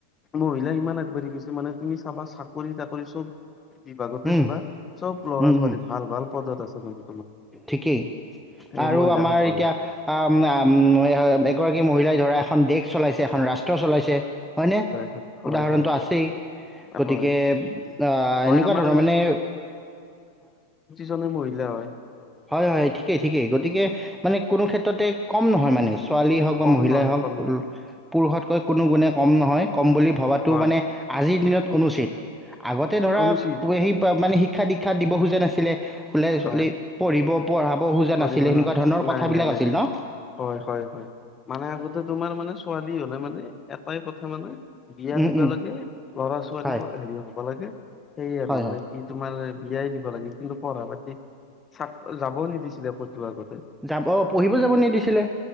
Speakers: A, on the left; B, in the centre.
A: মহিলাই ইমান আগবাঢ়ি গৈছে মানে তুমি চাবা চাকৰি তাকৰি চব। বিভাগতে
B: উম,
A: চাবা চব ল'ৰা
B: উম,
A: ছোৱালী
B: উম,
A: ভাল ভাল পদত আছে মানে তোমাৰ।
B: ঠিকেই
A: এই
B: আৰু
A: মহিলাসকল
B: আমাৰ এতিয়া আ উম এগৰাকী মহিলাই ধৰা এখন দেশ চলাইছে এখন ৰাষ্ট্ৰ চলাইছে হয় নে
A: হয় হয়
B: উদাহৰ
A: হয়
B: কাৰণটো আছেই
A: হয়
B: গতিকে আ
A: হয়
B: এনেকুৱা
A: আমাৰ
B: ধৰণৰ মানে
A: জনে মহিলা হয়
B: হয় হয় ঠিকেই ঠিকেই গতিকে মানে কোনো ক্ষেত্ৰতে কম নহয় মানে। ছোৱালী হওক বা
A: কম
B: মহিলাই
A: নহয়
B: হওক
A: কম নহয়
B: পুৰুষতকৈ কোনো গুণে কম নহয় কম বুলি ভবাতো
A: হয়
B: মানে আজিৰ দিনত অনুচিত আগতে ধৰা
A: অনুচিত
B: সেই মানে শিক্ষা দীক্ষা দিব খোজা নাছিলে। বোলে
A: হয়
B: পঢ়িব পঢ়াব খোজা
A: কৰিব
B: নাছিলে সেনেকুৱা
A: নোৱাৰা
B: ধৰণৰ
A: নাই
B: কথাবলাক
A: নাই নাই
B: আছিল ন
A: হয় হয় হয় মানে আগতে তোমাৰ মানে ছোৱা হলে মানে এটাই কথা মানে বিয়া
B: উম
A: দিবা
B: উম
A: লাগে ল'ৰা ছোৱালী
B: হয়
A: হেৰি হ'ব লাগে। সেইয় আৰু
B: হয়
A: মানে
B: হয়
A: কি তোমাৰ বিয়াই দিব লাগে কিন্তু পঢ়া পাতি চা যা বও নিদিছিলে আগতে
B: যাব পঢ়িব যাব নিদিছিলে।